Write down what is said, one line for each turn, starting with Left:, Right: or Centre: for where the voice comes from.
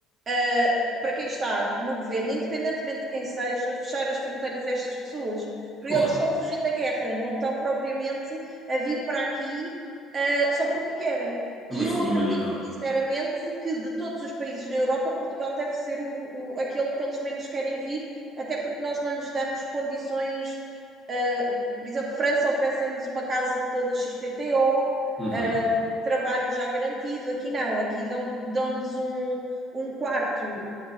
Right: Uh, para quem está no governo, independentemente de quem seja, fechar as fronteiras a estas pessoas. Porque
Centre: claro,
Right: eles estão a fugir da guerra, não estão propriamente a vir para aqui uh, só porque querem.
Centre: é
Right: E
Centre: uma questão
Right: eu
Centre: de
Right: acredito,
Centre: humanidade.
Right: sinceramente, que de todos os países da Europa, Portugal deve ser o, o, aquele que eles menos querem vir, até porque nós não lhes damos condições. Uh, por exemplo, França oferece lhes uma casa toda XPTO, uh,
Centre: Uhum,
Right: trabalho já garantido. Aqui não, aqui dão-lhes dão dão-lhes um, um quarto